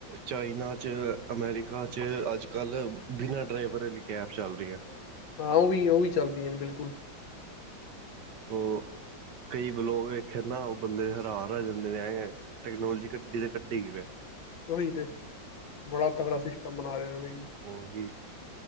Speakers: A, on the right (about 65°); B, on the left (about 80°).
A: ਚਾਈਨਾ 'ਚ ਅਮੈਰੀਕਾ 'ਚ ਅੱਜ -ਕੱਲ੍ਹ ਬਿਨਾਂ ਡਰਾਈਵਰ ਵਾਲੀ ਕੈਬ ਚੱਲ ਰਹੀ ਆ
B: ਹਾਂ ਉਹ ਵੀ ਉਹ ਵੀ ਚੱਲਦੀਆਂ ਨੇ ਬਿਲਕੁਲ
A: ਉਹ ਕਈ ਲੋਕ ਇੱਥੇ ਨਾ ਉਹ ਬੰਦੇ ਹੈਰਾਨ ਹੋ ਜਾਂਦੇ ਨੇ ਟੈਕਨੋਲੋਜੀ ਗੱਡੀ ਤੇ ਕੱਢੀ ਕਿਵੇਂ
B: ਉਹੀ ਤੇ ਬੜਾ ਤਗੜਾ ਸਿਸਟਮ ਬਣਾ ਰਿਹਾ ਜੀ
A: ਉਹੀ